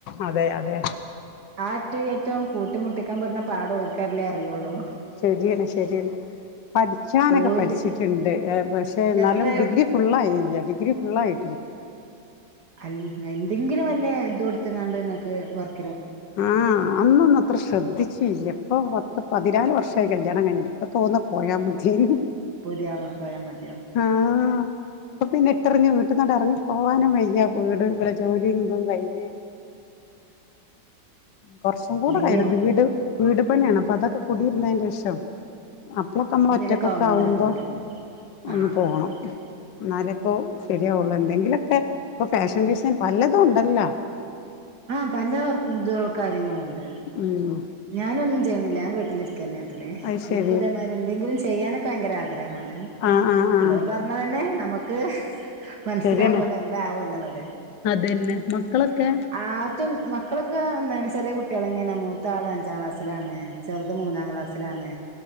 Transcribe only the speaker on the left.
അതെ അതെ
ശരിയാണ് ശരിയാണ് പഠിച്ചാനൊക്കെ
പഠിച്ചിട്ടുണ്ട് പക്ഷെ എന്നാലും
ഡിഗ്രി ഫുള്ളായില്ലാ ഡിഗ്രി ഫുള്ളായി
ആ അന്നൊന്നും അത്ര ശ്രദ്ധിച്ചില്ലാ ഇപ്പ <unintelligible> പതിനാല് വർഷായി കല്യാണം കഴിഞ്ഞിട്ട് ഇപ്പ തോന്നും പോയാ മതീന്ന്.
ആ അപ്പൊ പിന്നെ ഇട്ടെറിഞ്ഞു വീട്ടിന്നങ്ങട് എറങ്ങി പോവാനും വയ്യ വീട് ഇവിടെ ജോലി ഇതും കഴിഞ്ഞ് കൊറച്ചും കൂടെ
കഴിയണം വീട് വീട് പ്പന്നയാണ്അതൊക്കെ കുടിരുന്നേന്റെ ഷം അപ്പോളൊക്കെ നമ്മൾ
ഒറ്റക്കൊക്കെ ആവുമ്പോ
ഒന്ന്
പോകണം
എന്നാലെപ്പോൾ ശരിയാവുള്ളൂ എന്തെങ്കിലുമൊ കെ ഇപ്പൊ ഫാഷൻ ഡിസൈൻ പലതും ഉണ്ടല്ല.
ഉം
അത് ശരി
ആഹ് ആഹ് ആഹ്
ശരിയാണ്
അതന്നെ മക്കളൊക്കെ